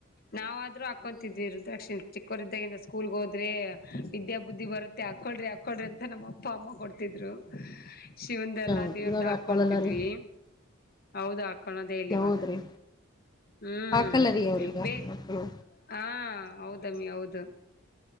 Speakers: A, on the left; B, on the left.
A: ನಾವಾದ್ರೂ ಹಾಕೊಂತಿದ್ವಿ
B: ಹ್ಮ್
A: ರುದ್ರಾಕ್ಷಿಣ ಚಿಕ್ಕೋರ್ ಇದ್ದಂಗ್ಲಿಂದ ಸ್ಕೂಲ್ಗ ಹೋದ್ರೆ ವಿದ್ಯಾ ಬುದ್ಧಿ ಬುದ್ಧಿ ಬರುತ್ತೆ ಹಾಕ್ಕೊಳ್ರಿ ಹಾಕೊಳ್ರಿ ಅಂತ ನಮ್ಮ ಅಪ್ಪ ಅಮ್ಮ ಕೊಡ್ತಿದ್ರು. ಶಿವನ್ಂದಲ್ಲಾ
B: ಹೌದು
A: ದೇವ್ರ್ದ
B: ಇವಾಗ
A: ಹಾಕೊತಿದ್ವಿ.
B: ಹಾಕೊಳಲ್ಲ ರೀ
A: ಹೌದು ಹಾಕಳದೇ ಇಲ್ ಇವಾಗ
B: ಹೌದ್ರಿ
A: ಹ್ಮ್
B: ಹಾಕಲ್ಲ ರೀ ಅವ್ರೀಗ
A: ಬೇ
B: ಮಕ್ಕಳು
A: ಹಾ ಹೌದಮ್ಮಿ ಹೌದು.